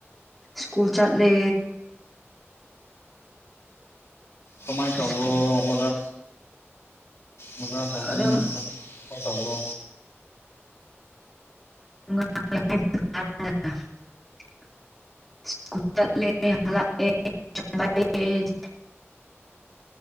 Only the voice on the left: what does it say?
ꯀꯃꯥꯏꯟ ꯇꯧꯑꯔꯣ
ꯑꯣꯖꯥ ꯑꯣꯖꯥ ꯇꯧꯕꯅꯤꯅ
ꯐꯠ ꯐ ꯇꯧꯕ꯭ꯔꯣ